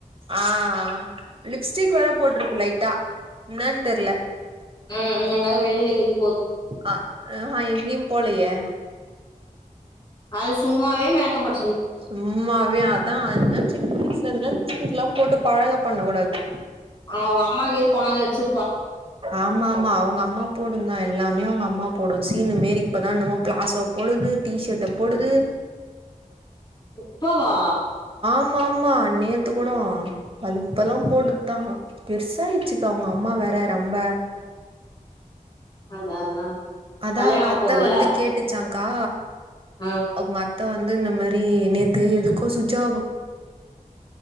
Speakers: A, on the right (about 40°); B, on the left (about 30°).
A: ஆ லிப்ஸ்டிக் வேற போட்ருக்கு லைட்டா இன்னன் தெர்ல
B: ம் ம் எங்னாது வெளில எங்யாது
A: அ அஹா எங்கயு போலயே
B: அது சும்மாவே மேக்கப்பட்
A: சும்மாவே அதா நா சின்ன வயசுல இருந்த்லா லிப்ஸ்டிக்லா போட்டு பழக பண்ணகூடாது
B: அவுங்க அம்மாகு எது போனாங்க வச்சு
A: ஆம்மாம்மா அவுங்க அம்மா போடுந்தா எல்லாமே அவுங்க அம்மா போடு சீனு மேரி இப்பதா என்னமோ பிளாஸோ போடுது டிஷட்ட போடுது
B: இப்பவா
A: ம்மாம்மா நேத்து கூடோ அது இப்பல்லா போடுத்தா பெர்சாய்ச்சுக்கா அவுங்க அம்மா வேற ரம்ப
B: அதா அதா
A: அதா
B: கல்யாணோ
A: அவுங்க
B: ஆவ
A: அத்த
B: போதுல
A: வந்து கேட்டுச்சாங்க்கா
B: ஆ
A: அவ்ங்க த்த வந்து இன்ன மாரி நேத்து எதுக்கோ சுஜாவு